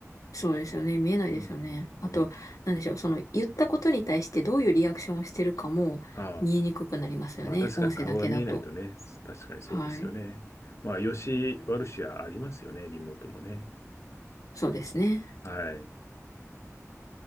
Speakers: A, on the left; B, on the left.
A: そうですよね。見えないですよね。
B: うん、うん。
A: あと、なんでしょう。その言ったことに対してどういうリアクションをしてるかも見えにくくなりますよね。
B: ああ、まあ確かに顔が見えないとね、
A: 音声だけだと。
B: 確かにそうですよね。
A: はい。
B: まあ、良し悪しはありますよね、リモートもね。
A: そうですね。
B: はい。い